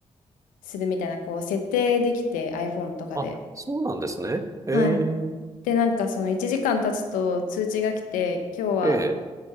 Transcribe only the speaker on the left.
するみたいな、こう、設定できて、iPhone とかで。
はいで、なんかその1時間経つと通知が来て、今日は